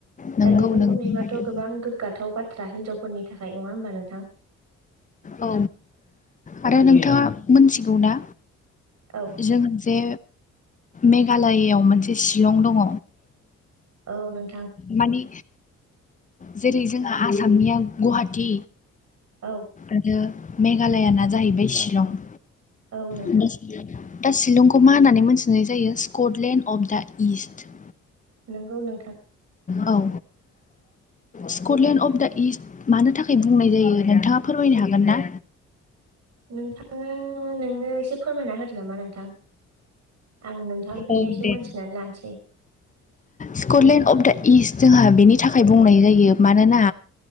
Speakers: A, on the left; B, on the right.
A: नंगौ
B: दा बे बेखौ
A: नंगौ
B: नुयोबाथ गोबां गोग्गाथाव बाथ्रा हिनजावफोरनि थाखाय नङा होमबा नोंथां
A: औ आरो
B: औ
A: नोंथाङा मोनथिगौ ना
B: औ
A: जों जे मेघालयआव मोनसे शिलं दङ
B: औ नोंथां
A: माने जेरै जोंहा आसामनिया गुवाहाटी
B: औ
A: आरो मेघालयाना जाहैबाय शिलं
B: औ नोंथां
A: <unintelligible> दा शिलंखौ मा होननानै मोनथिनाय जायो स्कटलेण्ड अफ दा इस्ट
B: नोंगौ नोंथां
A: औ स्कटलेण्ड अफ दा इस्ट मानो थाखाय बुंनाय जायो नोंथाङा फोरमायनो हागोन ना
B: नोंथाङा नोंनो एसे फोरमायना होदो नामा नोंथां आं नोंथांनिफ्रायनो
A: औ
B: एसे
A: दे
B: मोनथिनानै लानोसै
A: स्कटलेण्ड अफ दा इस्ट जोंहा बेनि थाखाय बुंनाय जायो मानोना